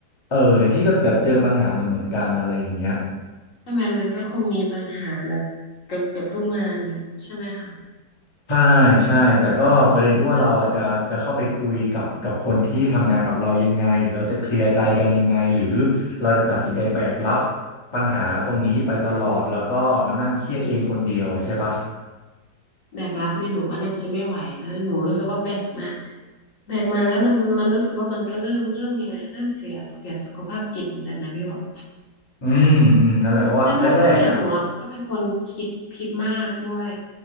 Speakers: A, on the left; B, on the left.
A: เออเนี่ยพี่ก็แบบเจอปัญหาเหมือนเหมือนกันอะไรอย่างเงี้ย
B: มทำไมมันก็คงมีปัญหาแบบเกือบเกือบทุกงานนะใช่ไหมคะ
A: ใช่ใช่แต่ก็ประเด็นคือว่าเราอาจจะจะเข้าไปคุยกับกับคนที่ทำงานกับเรายังไงหรือเราจะเคลียร์ใจกันยังไงหรือ
B: แบบ
A: เราจะตัดสินใจแบกรับปัญหาตรงนี้ไปตลอดแล้วก็มานั่งเครียดเองคนเดียวอะใช่ปะ
B: อืมแบกรับเนี่ยหนูว่าน่าจะไม่ไหวนะหนูรู้สึกว่าแบกมาแบกมาแล้วมันมันรู้สึกว่ามันก็เริ่มเริ่มยังไงเริ่มเสียเสียสุขภาพจิตเหมือนกันนะพี่บอล
A: อืมอืมนั่นแหละเพราะว่าแรกๆอ่ะ
B: ใช่เพราะเพราะอย่างหนูอะก็เป็นคนคิดคิดมากด้วย